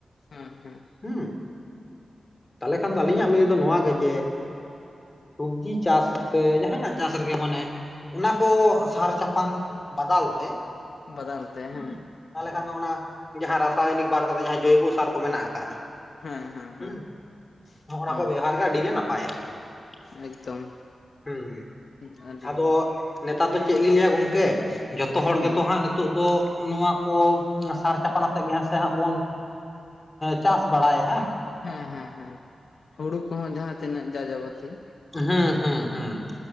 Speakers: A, on the left (about 65°); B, on the left (about 25°).
A: ᱦᱮᱸ ᱦᱮᱸ ᱾
B: ᱦᱮᱸ ᱛᱟᱦᱚᱞᱮ ᱠᱷᱟᱱ ᱫᱚ ᱟᱹᱞᱤᱧᱟᱜ ᱞᱟᱹᱭ ᱫᱚ ᱱᱚᱣᱟ ᱜᱮ ᱡᱮ ᱥᱚᱵᱽᱡᱤ ᱪᱟᱥ ᱥᱮ ᱡᱟᱦᱟᱱᱟᱜ ᱪᱟᱥ ᱨᱮᱜᱮ ᱢᱟᱱᱮ ᱚᱱᱟ ᱠᱚ ᱥᱟᱨ ᱪᱟᱯᱟᱱ ᱵᱟᱫᱟᱞ ᱛᱮ
A: ᱵᱟᱫᱟᱞ ᱛᱮ
B: ᱦᱩᱸ
A: ᱦᱮᱸ
B: ᱛᱟᱦᱚᱞᱮ ᱠᱷᱟᱱ ᱫᱚ ᱚᱱᱟ ᱡᱟᱦᱟᱸ ᱨᱟᱥᱟᱭᱚᱱᱤᱠ ᱵᱟᱨ ᱠᱟᱛᱮ ᱡᱟᱦᱟᱸ ᱡᱚᱭᱵᱚ ᱥᱟᱨ ᱠᱚ ᱢᱮᱱᱟᱜ ᱠᱟᱜᱼᱟ
A: ᱦᱮᱸ ᱦᱮᱸ
B: ᱦᱩᱸ
A: ᱦᱮᱸ
B: ᱦᱚᱸᱜ
A: ᱦᱩᱸ
B: ᱱᱟᱠᱚ ᱵᱮᱵᱦᱟᱨ ᱜᱮ ᱟᱹᱰᱤ ᱜᱮ ᱱᱟᱯᱟᱭᱟ ᱾
A: ᱮᱠᱫᱚᱢ
B: ᱦᱩᱸ
A: ᱟᱹᱰᱤ
B: ᱟᱫᱚ ᱱᱮᱛᱟᱨ ᱫᱚ ᱪᱮᱫ ᱞᱤᱧ ᱞᱟᱹᱭᱟ ᱜᱚᱝᱠᱮ ᱡᱚᱛᱚ ᱦᱚᱲ
A: ᱦᱩᱸ
B: ᱜᱮᱛᱚ ᱦᱟᱸᱜ ᱱᱤᱛᱚᱜ ᱫᱚ ᱱᱚᱣᱟ ᱠᱚ ᱥᱟᱨ ᱪᱟᱯᱟᱱ ᱟᱛᱮᱜ ᱜᱮ ᱦᱮᱥᱮ ᱦᱟᱸᱜ ᱵᱚᱱ ᱪᱟᱥ ᱵᱟᱲᱟᱭᱮᱫᱼᱟ ᱾
A: ᱦᱮᱸ ᱦᱮᱸ ᱦᱮᱸ ᱦᱩᱲᱩ ᱠᱚᱦᱚᱸ ᱡᱟᱦᱟᱸ ᱛᱤᱱᱟᱹᱜ ᱡᱟ-ᱡᱟᱵᱚᱛᱤ ᱾
B: ᱦᱮᱸ ᱦᱩᱸ ᱦᱩᱸ ᱾